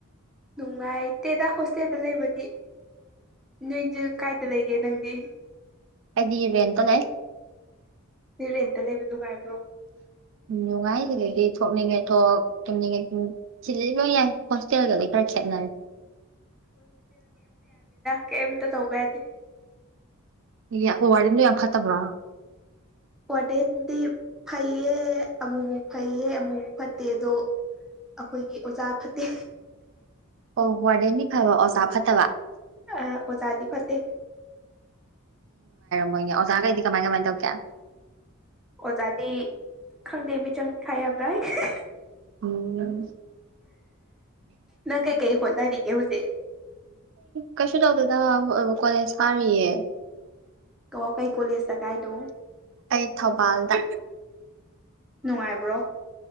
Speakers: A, in the centre; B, on the right.
A: ꯨꯡꯉꯥꯏ ꯏꯇꯗꯁ ꯏꯁꯇꯦꯗ ꯂꯩꯕꯗꯤ ꯅꯣꯏꯁꯨ ꯀꯥꯏꯗ ꯂꯩꯒꯦ ꯅꯪꯗꯤ
B: ꯍꯥꯏꯗꯤ ꯔꯦꯟꯇ ꯂꯩ
A: ꯅ ꯔꯦꯟꯇ ꯂꯩꯕ ꯅꯨꯡꯉꯥꯏꯕ꯭ꯔꯣ
B: ꯎꯝ ꯅꯨꯡꯉꯥꯏ ꯁꯤꯗꯩꯗꯤ ꯊꯣꯛꯅꯤꯡꯉꯦ ꯊꯣꯛ ꯇꯨꯝꯅꯤꯡꯉꯦ ꯁꯤꯗꯗꯤ ꯂ ꯌꯥꯏ ꯍꯣꯁꯇꯦꯜꯒꯗꯤ ꯈꯔ ꯈꯦꯠꯅꯔ
A: ꯀꯝ ꯇ ꯊꯧ ꯄꯩꯗꯤ
B: ꯑꯦ ꯍꯣꯏ ꯋꯥꯔꯤꯦꯟꯗꯣ ꯌꯥꯝ ꯐꯠꯇꯕ꯭ꯔꯥ
A: ꯍꯣꯔꯇꯦꯟꯗꯤ ꯐꯩꯌꯦ ꯑꯃꯨꯛꯃꯨꯛ ꯐꯩꯌꯦ ꯑꯃꯨꯛꯃꯨꯛ ꯐꯠꯇꯦ ꯑꯗꯣ ꯑꯩꯈꯣꯏꯒꯤ ꯑꯣꯖꯥ ꯐꯠꯇꯦ
B: ꯑꯣ ꯋꯥꯔꯗꯦꯟꯅꯤ ꯐꯕ ꯑꯣꯖꯥ ꯐꯠꯇꯕ
A: ꯑ ꯑꯣꯖꯥꯗꯤ ꯐꯠꯇꯦ
B: ꯃꯣꯏꯒꯤ ꯑꯣꯖꯥꯒꯩꯗꯤ ꯀꯃꯥꯏ ꯀꯃꯥꯏ ꯇꯧꯒꯦ
A: ꯑꯣꯖꯥꯗꯤ ꯈꯪꯗꯦ ꯃꯤꯆꯪ ꯈꯥꯏꯔꯕ꯭ꯔ <unintelligible>
B: ꯎꯝ
A: ꯅꯪ ꯀꯩꯀꯩ ꯍꯣꯠꯅꯔꯤꯒꯦ ꯍꯧꯖꯤꯛ
B: ꯀꯩꯁꯨ ꯇꯧꯗꯦꯗ ꯗ ꯀꯣꯂꯦꯖ ꯀꯥꯔꯤꯌꯦ
A: ꯑꯣ ꯀꯩ ꯀꯣꯂꯦꯖꯇ ꯀꯥꯏꯅꯣ
B: ꯑꯩ ꯊꯧꯕꯥꯜꯗ
A: ꯅꯨꯡꯉꯥꯏꯕ꯭ꯔꯣ